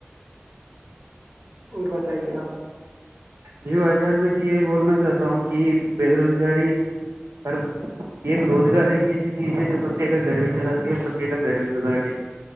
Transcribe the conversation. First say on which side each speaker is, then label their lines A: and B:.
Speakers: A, on the right; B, on the right.
A: اور بتائیے آپ
B: جی بھائی جان میں تو یہی بولنا چاہتا ہوں کہ بے روزگاری اورر ایک روزگار ایک ایسی چیز ہے جو بندے کا گھر بھی چلاتی ہے اور بندے کا گھر بھی بگاڑ دے